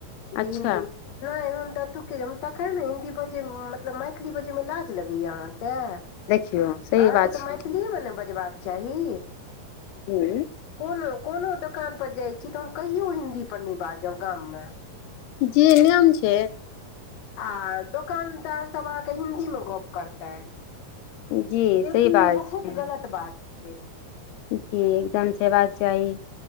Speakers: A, on the left (about 85°); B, on the left (about 65°).
A: अच्छा
B: जे हिन्दीमे नहि हम तऽ एतुके जा तखन ने हिन्दी बजै मतलब मैथिली बजैमे लाज लगैया अहाँके अहाँके
A: देखियौ सही बात
B: तऽ
A: छै
B: मैथिलीए मे ने बजबाक चाही
A: जी
B: कोनो कोनो दुकानपर जाइ छी तऽ हम कहियो हिन्दी पर नहि बाजब गाममे
A: जी नियम छै
B: आ दुकानदार सब अहाँके हिन्दी मे गप करतै
A: जी
B: जेकि
A: सही बात
B: बहुत
A: छै
B: गलत बात छै
A: जी एकदम से हेबाका चाही